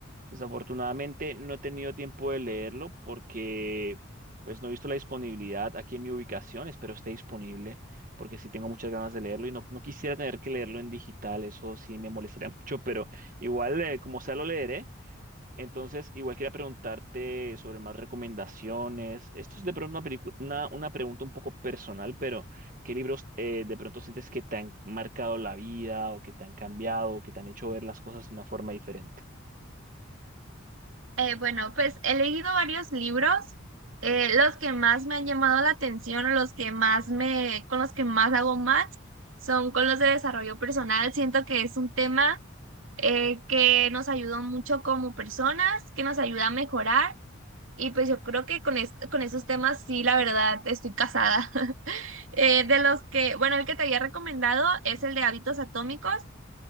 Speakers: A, on the right; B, on the right.
A: Desafortunadamente no he tenido tiempo de leerlo porque pues no he visto la disponibilidad aquí en mi ubicación, espero esté disponible porque sí tengo muchas ganas de leerlo y no, no quisiera tener que leerlo en digital, eso sí me molestaría <laughs> mucho, pero igual eh, como sea lo leeré. Entonces, igual quería preguntarte sobre más recomendaciones. Esto es de pronto una, pelicu- una, una pregunta un poco personal, pero ¿qué libros eh, de pronto sientes que te han marcado la vida o que te han cambiado o que te han hecho ver las cosas de una forma diferente?
B: Eh, bueno, pues he leído varios libros, eh, los que más me han llamado la atención, o los que más me, con los que más hago match, son con los de desarrollo personal. Siento que es un tema eh, que nos ayuda mucho como personas, que nos ayuda a mejorar, y pues yo creo que con, es, con esos temas sí, la verdad, estoy casada. <laughs> Eh, de los que, bueno, el que te había recomendado es el de hábitos atómicos.